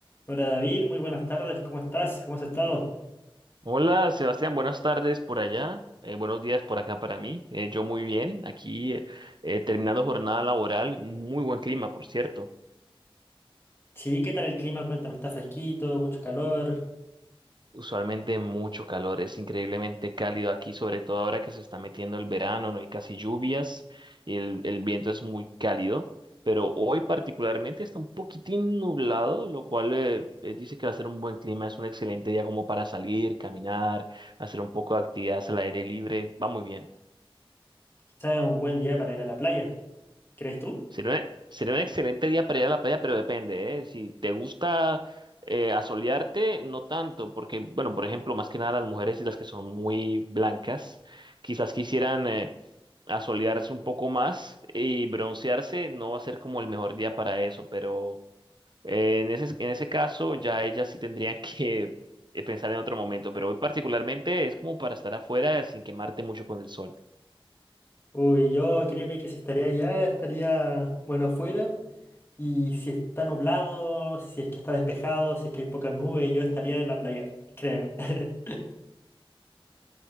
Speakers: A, on the left; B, on the right.
A: Hola David, muy buenas tardes, ¿cómo estás? ¿Cómo has estado?
B: Hola, Sebastián, buenas tardes por allá, eh, buenos días por acá para mí. Eh, yo muy bien, aquí eh, eh, terminando jornada laboral, muy buen clima, por cierto.
A: Sí, ¿qué tal el clima? Cuéntame, ¿está fresquito, mucho calor?
B: Usualmente mucho calor, es increíblemente cálido aquí, sobre todo ahora que se está metiendo el verano, no hay casi lluvias y el, el viento es muy cálido, pero hoy particularmente está un poquitín nublado, lo cual eh, eh, dice que va a ser un buen clima, es un excelente día como para salir, caminar, hacer un poco de actividades al aire libre, va muy bien.
A: ¿Sabes? Un buen día para ir a la playa, ¿crees tú?
B: Sería un, sería un excelente día para ir a la playa, pero depende, ¿eh? Si te gusta eh, asolearte, no tanto, porque, bueno, por ejemplo, más que nada las mujeres y las que son muy blancas, quizás quisieran eh, asolearse un poco más y broncearse, no va a ser como el mejor día para eso, pero eh, en ese, en ese caso ya ellas sí tendrían <laughs> que eh, pensar en otro momento, pero hoy particularmente es como para estar afuera sin quemarte mucho con el sol.
A: Uy, yo créeme que si estaría allá, estaría, bueno, afuera. Y si está nublado, si es que está despejado, si es que hay pocas nubes, yo estaría en la playa, créeme. <laughs>